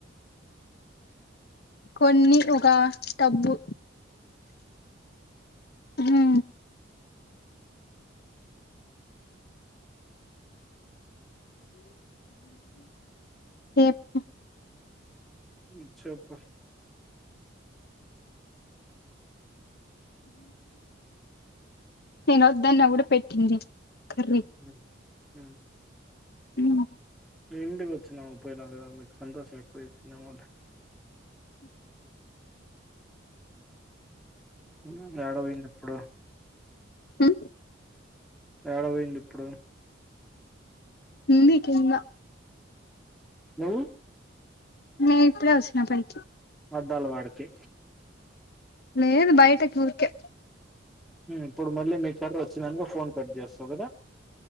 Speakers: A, on the left; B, in the centre.
A: కొన్ని ఉగా టబు హు <unintelligible>
B: ఇచ్చా <unintelligible>
A: నేను వద్దన్న కూడా పెట్టింది కర్రీ
B: అ హు
A: ఉ
B: ఇంటికి వచ్చిన పోయినావ్ కదా అందుకు సంతోషం ఎక్కువ అయిపోయిందేమో లే ఉ ఏడ పోయింది ఇప్పుడు
A: హు
B: ఎడ పోయింది ఇప్పుడు
A: ఉంది కింద
B: నువ్వు
A: నే ఇప్పుడే వచ్చిన పైకి
B: అద్దాల వాడికి
A: లేదు బయటకి ఉరికే
B: ఇప్పుడు మళ్ళీ మీ <unintelligible> వచ్చిననుక ఫోన్ కట్ చేస్తావు కదా